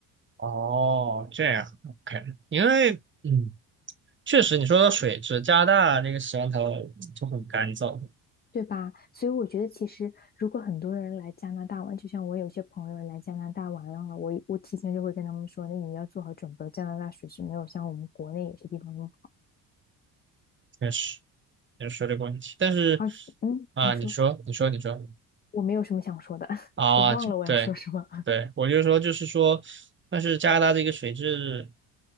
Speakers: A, on the right; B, on the left.
A: 哦，这样，OK，因为嗯，确实你说的水质，加拿大那个洗完头就很干燥，
B: 对吧？所以我觉得，其实如果很多人来加拿大玩，就像我有些朋友来加拿大玩了，我我提前就会跟他们说，那你要做好准备，加拿大水是没有像我们国内有些地方那么好。
A: 确实也是水这个问题。但是
B: 而且，嗯，
A: 啊、
B: 你说
A: 你说，你说，你说
B: 我没有什么想说的，<laughs>
A: 啊，
B: 我忘了我要说什么
A: 就对，对，我就说，就是说，但是加拿大这个水质